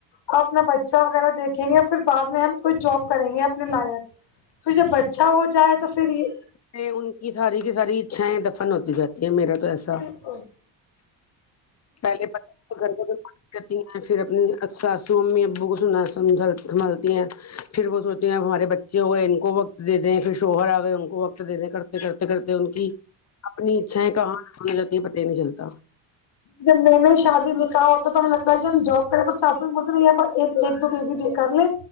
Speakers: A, on the left; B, on the left.
A: اور اپنا بچہ وغیرہ دیکھیں گے اور پھر بعد میں ہم کوچھ جاب کریں گے اپنے لائق پھر جب بچہ ہو جائے تو پھر یہ
B: ان کی ساری کی ساری اچھایں دفن ہوتی جاتی ہے میرا تو ایسا
A: بالکل
B: پہلے پتا <unintelligible> گھر گھر تی ہیں پھر اپنی ساسو امی ابو کو سنا سمھ سنبھالتی ہیں پھر وہ سوچتے ہیں اب ہمارے بچے ہو گئے ان کو وقت دے دیں پھر شوہر آ گئے ان کو وقت دینے کر کرتے کرتے ان کی اپنی اچھایں کہاں ختم ہونے جاتی ہے پتہ ہی نہیں چلتا
A: جب میں نے شادی نکال ہوتا تو ہمیں لگتا ہے کہ ہم جاب کریں پر ساسو میں بولتے نہیں یہ بس ایک ایک دو بیبی کر لے